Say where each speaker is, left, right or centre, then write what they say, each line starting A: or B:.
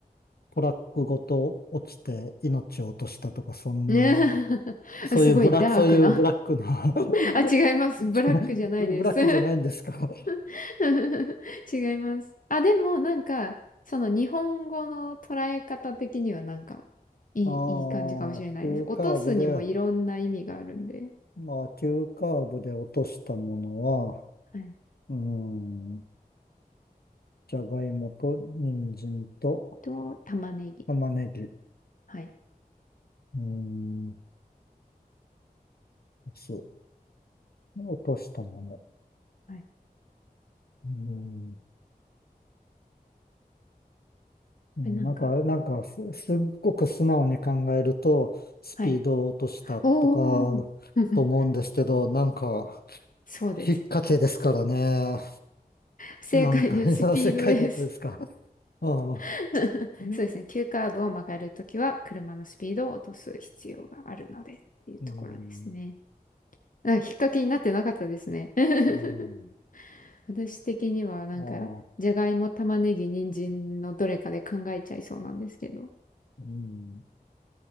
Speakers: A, on the left (about 80°); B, on the left (about 60°).
A: トラックごと落ちて命を落としたとか、そんな、
B: ね <laughs>
A: そういうブラック、
B: すごいダークな
A: そういうブラックな
B: あ、違います。
A: <laughs> 違う
B: ブラックじゃないです。
A: ブラ <laughs> ブラックじゃないんですか
B: <laughs> 違います。あ、でもなんか、その日本語の捉え方的にはなんか、いい、
A: あ
B: いい感じかもしれないです。
A: あ、急カーブで、
B: 落とすにもいろんな意味があるんで。
A: まあ、急カーブで落としたものは、
B: はい。
A: うーん、じゃがいもと人参と
B: と、玉ねぎ。
A: 玉ねぎ、う
B: はい。
A: ーん、す。落としたもの。
B: はい。
A: うん。うんなんか、
B: えなんか、
A: なんかす、すっごく素直に考えると、スピードを落としたとか、
B: はい。おー <laughs>
A: と思うんですけど、なんか、
B: そうです。
A: 引っ掛けですからね。
B: 正解です。
A: なんか、<laughs> いや、
B: スピードです。
A: 世界だったですか。ああ。
B: <laughs>
A: うん
B: そうですね。急カーブを曲がるときは、車のスピードを落とす必要があるので、っていうところですね。
A: うん。
B: あ、引っ掛けになってなかったですね。<laughs>
A: うん
B: 私的にはなんか、
A: ああ。
B: じゃがいも、玉ねぎ、人参のどれかで考えちゃいそうなんですけど。
A: うん。